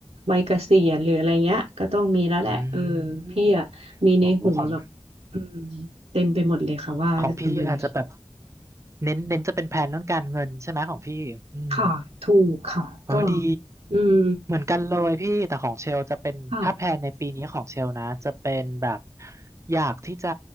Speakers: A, on the right; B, on the right.
A: วัยเกษียณหรืออะไรเงี้ยก็ต้องมีแล้วแหละเออ
B: อืม
A: พี่อะมีในหัวแบบ
B: โอ้ของ
A: อืมเต็มไปหมดเลยค่ะว่าจะทำอะไร
B: ของพี่อาจจะแบบเน้นเน้นจะเป็นแผนเรื่องการเงินใช่ไหมของพี่อืม
A: ค่ะถูกค่ะก็
B: เออดี
A: อืม
B: เหมือนกันเลยพี่แต่ของเชลจะเป็นถ้าแพลนในปีนี้ของเชลนะจะเป็นแบบ
A: ค่ะ
B: อยากที่จะ